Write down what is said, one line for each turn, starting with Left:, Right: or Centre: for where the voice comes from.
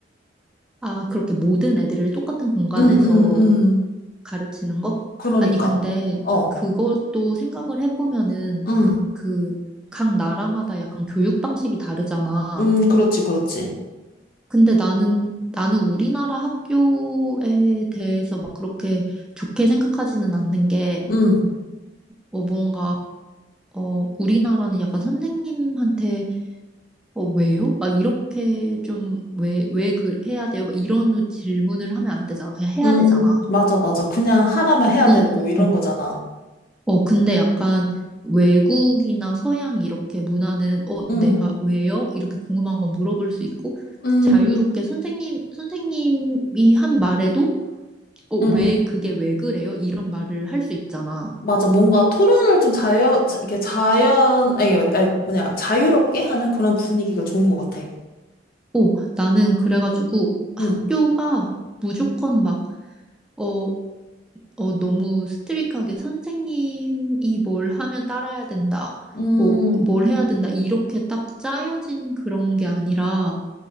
Centre: 아, 그렇게 모든 애들을 똑같은 공간에서
Left: 응, 응, 응.
Centre: 가르치는 거?
Left: 그러니까.
Centre: 아니, 근데
Left: 어,
Centre: 그것도 생각을 해보면은
Left: 응,
Centre: 그 각 나라마다 약간 교육 방식이 다르잖아.
Left: 응, 그렇지, 그렇지.
Centre: 근데 나는, 나는 우리나라 학교에 대해서 막 그렇게 좋게 생각하지는 않는 게
Left: 응,
Centre: 어, 뭔가 어, 우리나라는 약간 선생님한테, 어, 왜요? 막 이렇게 좀, 왜, 왜 그, 해야 돼요? 막 이런 질문을 하면 안 되잖아. 그냥 해야
Left: 응,
Centre: 되잖아.
Left: 맞아, 맞아. 그냥 하라면
Centre: 어떤,
Left: 해야 되고 이런
Centre: 어, 어,
Left: 거잖아.
Centre: 어, 근데 약간 외국이나 서양 이렇게 문화는, 어,
Left: 응,
Centre: 내가 왜요? 이렇게 궁금한 건 물어볼 수 있고,
Left: 응.
Centre: 자유롭게 선생님, 선생님이 한 말에도, 어,
Left: 응,
Centre: 왜, 그게 왜 그래요? 이런 말을 할 수 있잖아.
Left: 맞아. 뭔가 토론을 좀 자연, 자- 이렇게 자연, 아니, 아니, 뭐냐, 자유롭게 하는 그런 분위기가 좋은 것 같아.
Centre: 어, 나는 그래가지고 학교가
Left: 응,
Centre: 무조건 막, 어, 어, 너무 스트릭하게 선생님이 뭘 하면 따라야 된다.
Left: 음,
Centre: 뭐, 뭘 해야 된다. 이렇게 딱 짜여진 그런 게 아니라